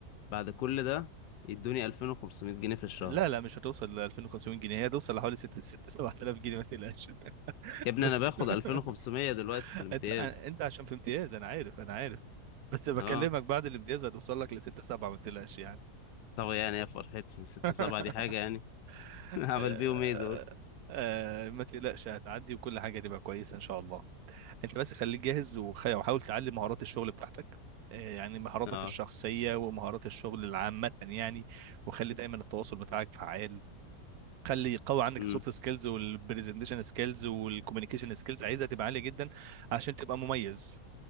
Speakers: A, on the left (about 90°); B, on the right (about 70°).
A: بعد كل ده يدوني 2500 جنيه في الشهر
B: لا لا مش هتوصل ل 2500 جنيه هي هتوصل لحوالي 6 6 7000 جنيه ما تقلقش <laughs>
A: يا ابني
B: بس
A: انا باخد
B: <laughs>
A: 2500 دلوقتي في الامتياز
B: انت انت عشان في امتياز انا عارف انا عارف بس بكلمك
A: اه
B: بعد الامتياز هتوصل لك ل 6 7 ما تقلقش يعني
A: طب يعني يا فرحتي ستة
B: <laughs>
A: سبعة دي حاجة يعني <laughs> هعمل
B: آه،
A: بيهم ايه دول
B: آه، ما تقلقش هتعدي وكل حاجه تبقى كويسه ان شاء الله انت بس خليك جاهز وخ- وحاول تعلي مهارات الشغل بتاعتك آه، يعني مهاراتك
A: اه
B: الشخصية ومهارات الشغل العامة يعني وخلي دايما التواصل بتاعك فعال خلي يقوي عندك
A: امم
B: السوفت سكيلز والبرزنتيشن سكيلز والكوميونيكيشن سكيلز عايزها تبقى عالية جدا عشان تبقى مميز